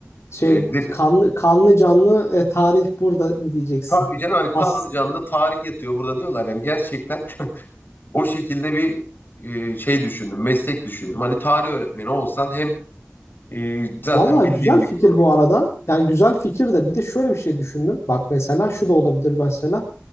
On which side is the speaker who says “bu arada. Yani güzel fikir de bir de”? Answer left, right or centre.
Left